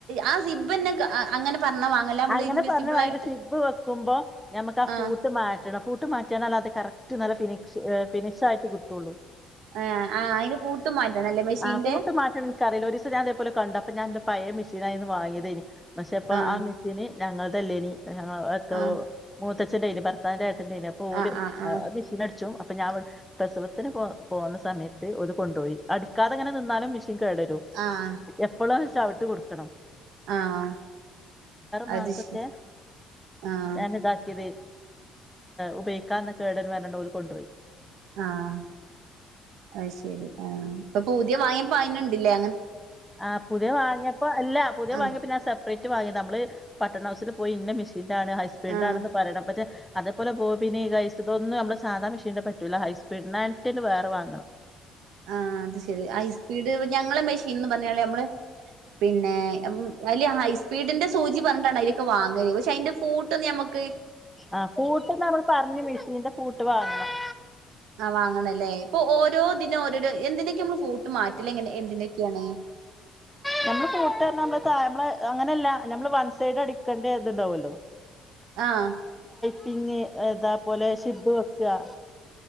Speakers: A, on the right; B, in the centre.
A: ആ സിബ്ബ്ന്നെ ആ അങ്ങനെ പറഞ്ഞാ വാങ്ങല്ല നമ്മള്
B: അങ്ങനെ
A: ഇൻവിസിബിൾ
B: പറഞ്ഞു
A: ആയിട്ട്
B: ഇ സിബ് വെക്കുമ്പോ നമുക്ക് ആ
A: ആഹ്
B: ഫൂട്ട് മാറ്റണം ഫൂട്ട് മാറ്റണാൽ അതൊ കറ ഏറ്റ നല്ല ഫിഷ്് ഫിനിഷ് ആയിട്ട് കിട്ടുള്ളൂ
A: ആഹ് ആഹ് അയിന്റെ പൂട്ട് മാറ്റണല്ലേ മെഷീന്റെ
B: ആ കൂട്ട് മാറ്റം എനിക്കറിയില്ല ഒരു ദിവസം ഞാൻ അതേപോലെ കണ്ടു അപ്പൊ ഞാൻ പഴയ മെഷീനായന്ന് വാങ്ങിയതേനി പക്ഷെപ്പ
A: ആഹ്
B: ആ മെഷീ ഞങ്ങൾ തല്ലേനി <unintelligible>
A: ആഹ്
B: മൂത്ത ഭർത്താവിന്റെ ഓല്
A: ആഹ് ആഹ് ആഹ്
B: മി അപ്പൊ ഞാൻ പ്രസവത്തിന് പോ പോകുന്ന സമയത്ത് ഒരു കൊണ്ടുപോയി അടിക്കാതെങ്ങനെ നിന്നാലും കേടരും
A: ആഹ്
B: എപ്പളും ചവിട്ട് കൊടുക്കണം
A: ആഹ്
B: മാസത്തെ
A: അത് ശരി ആഹ്
B: ഞാന് ഇതാക്കി ഉപയോഗിക്കാന്നൊക്കെ കേടന് പറഞ്ഞു അവര് കൊണ്ടുപോയി
A: ആഅ ശരി ആഇപ്പൊ പുതിയ വാങ്ങിപ്പോ അയിന് ഉണ്ട് അല്ലെ
B: ആ പുതിയ വാങ്ങിയപ്പോ അല്ല പുതിയ
A: ആഹ്
B: വാങ്ങിപ്പ ഞാൻ ഡേറ്റ് വാങ്ങി നമ്മള് പട്ടണ ഹൗസിൽ പോയി പിന്നാണ് ഹസ്ബൻഡ്
A: ആഹ്
B: ആണന്ന് പറയണം പക്ഷെ അതേപോലെ ബോബിനീഴസ് ഇതൊന്നും നമ്മള് സാധാ മെഷീൻന്റെ പറ്റൂല്ല ഹൈസ്പീഡിനായിട്ടിന് വേറെ വാങ്ങണം
A: ആ അത് ശെരി ഹൈസ്പീഡ് ഞങ്ങളെ മെഷീൻ പറഞ്ഞ നമ്മള് പിന്നെ അതില് ഹൈസ്പീഡിന്റെ സൂചി പറഞ്ഞിട്ടാണ് അതിലൊക്കെ വാങ്ങല് പക്ഷെ അതിന്റെ പൂട്ടൊന്ന് ഞമ്മുക്ക്
B: ആ കൂട്ട് നമ്മൾ പറഞ്ഞു മെഷീന്റെ വിട്ട് വാങ്ങണം
A: ആ വാങ്ങണല്ലേ ഇപ്പൊ ഓരോന്നിനും ഓരോന്ന് എന്തിനൊക്കെ നമ്മള് ഫൂട്ട് മാറ്റില്ലങ്ങനെ എന്തിനൊക്കെയാണ്
B: നമ്മള് കൂട്ട നമ്മള് അങ്ങനെയല്ല നമ്മള് വൺ സൈഡ് അടിക്കേണ്ട ഇതുണ്ടാവല്ലോ
A: ആഹ്
B: പിന്നെ എന്താ അതുപോലെ സിബ് വെക്കാൻ